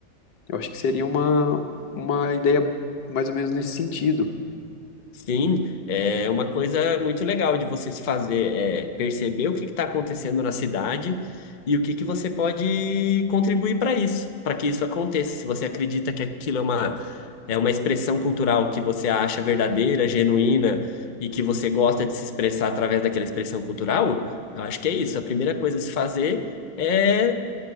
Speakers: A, on the left; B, on the left.
A: eu acho que seria uma, uma ideia mais ou menos nesse sentido.
B: Sim, é uma coisa muito legal de vocês fazer, é perceber o que está acontecendo na cidade e o que que você pode contribuir para isso, para que isso aconteça. Se você acredita que aquilo é uma, é uma expressão cultural que você acha verdadeira, genuína e que você gosta de se expressar através daquela expressão cultural, eu acho que é isso. A primeira coisa a se fazer é